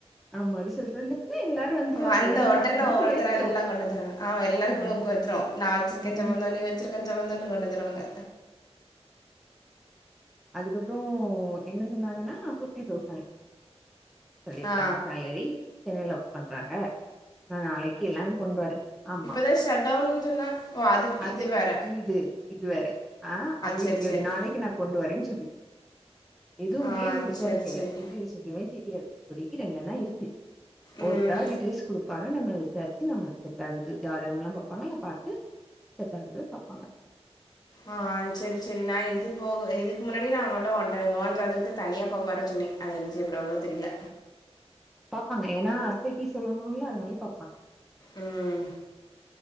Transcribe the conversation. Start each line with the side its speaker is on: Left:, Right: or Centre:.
Centre: ஆமா ரிசல்ட் வந்துட்னா எல்லாரு வந்துருவாங்க
Left: வந்த
Centre: லைனா
Left: உடர்ன
Centre: மூக்கு
Left: ஒவ்வொருத்தரா
Centre: வேத்துரு
Left: எல்லா கொண்டு வந்துருவாங்க ஆமா எல்லாருக்கு
Centre: அம்
Left: மூக்கு வேத்துரு நா வச்சிருக்க
Centre: ம்ஹூம்
Left: சம்பந்தோ நீ வச்சிருக்க சம்பந்தோன்னு கொண்டு வந்துருவாங்க
Centre: அதுக்கப்புறோ என்ன சொன்னாங்கன்னா ஃபிஃப்டி தௌசண் சொல்லிருக்காங்க
Left: ஆ
Centre: சேலரி சென்னைல ஒர்க் பண்றாங்க நா நாளைக்கி எல்லா கொண்டு வரே ஆமா
Left: எதோ ஷாட்டவுன் சொன்ன ஓ அது
Centre: அது
Left: இது வேற
Centre: இது இதுவேற ஆ அப்போ
Left: சரி
Centre: இவ்ளோ
Left: சரி
Centre: நாளைக்கி நா கொண்டு வரன்னு சொல்லிருக் எதுவுமே
Left: ஆ
Centre: இன்னு விசாரிக்கில
Left: சரி சரி
Centre: டீட்டெயில்ஸ் எதுமே தெரியாது இப்பதிக்கி ரெண்டன இருக்கு
Left: ம்
Centre: ஒருத்தடவ டீட்டியல்ஸ் குடுப்பாங்க நம்ம விசா ரிச்சி நம்பளுக்கு செட் ஆகுது ஜாதகம்லா பாப்பாங்க எல்லா பாத்து செட் ஆகுறத பாப்பாங்க
Left: ஆ செரி செரி நா இது போக இதுக்கு முன்னாடி நா அவுங்கட்ட ஓன்ட்ட ஒஜாதகத்த தனியா பாக்க வரே சொன்னே அது என்ன செய்ய போறாகளோ தெரிய்ல
Centre: பாப்பாங்க ஏன்னா அத்தைக்கி சொல்லணுல அதனால பாப்பாங்க
Left: ம்